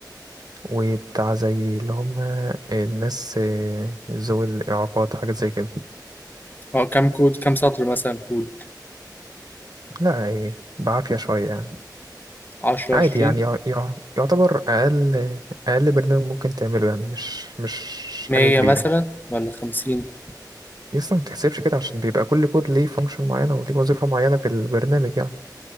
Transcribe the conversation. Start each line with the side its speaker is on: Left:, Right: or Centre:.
Right: وبتاع زي اللي هم الناس آه، ذوي الإعاقات حاجات زي كده
Left: اه كام كود كام سطر مثلا كود
Right: لا آه، بعافية شوية يعني
Left: 10
Right: عادي
Left: 20
Right: يعني يع- يع- يعتبر اقل اقل برنامج ممكن تعمله يعني مش مش
Left: 100
Right: حاجه كبيره
Left: مثلا ولا 50
Right: لسه ما تحسبش كده عشان بيبقى كل كود ليه فانكشن معينه وليه وظيفه معينه في البرنامج يعني